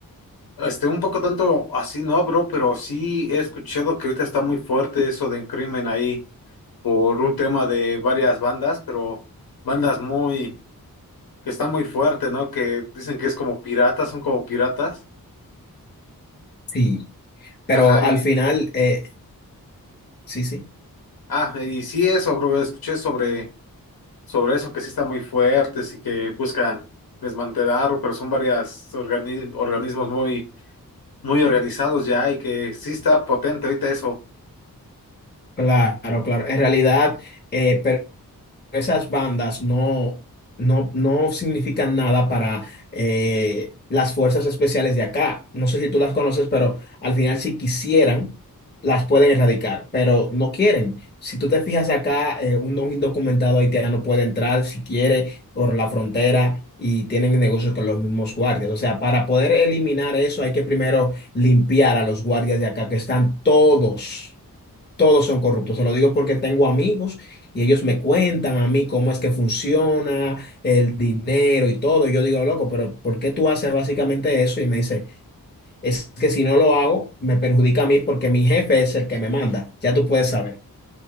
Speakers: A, on the left; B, on the left.
A: Este, un poco tanto así, no, bro, pero sí he escuchado que ahorita está muy fuerte eso del crimen ahí. por un tema de varias bandas, pero bandas muy, que están muy fuertes, ¿no? Que dicen que es como piratas, son como piratas.
B: Sí, pero
A: Ajá,
B: al
A: y,
B: final, eh, sí, sí.
A: ah, y sí eso, bro, escuché sobre, sobre eso, que sí están muy fuertes y que buscan desmantelar, pero son varias organi- organismos muy, muy organizados ya y que sí está potente ahorita eso,
B: Claro, claro. En realidad, eh, pero esas bandas no, no, no significan nada para eh, las fuerzas especiales de acá. No sé si tú las conoces, pero al final si quisieran, las pueden erradicar, pero no quieren. Si tú te fijas acá, eh, un, un indocumentado haitiano puede entrar si quiere por la frontera y tienen negocios con los mismos guardias. O sea, para poder eliminar eso hay que primero limpiar a los guardias de acá que están todos todos son corruptos. Se lo digo porque tengo amigos y ellos me cuentan a mí cómo es que funciona el dinero y todo. Y yo digo, loco, pero ¿por qué tú haces básicamente eso? Y me dice, es que si no lo hago, me perjudica a mí porque mi jefe es el que me manda. Ya tú puedes saber.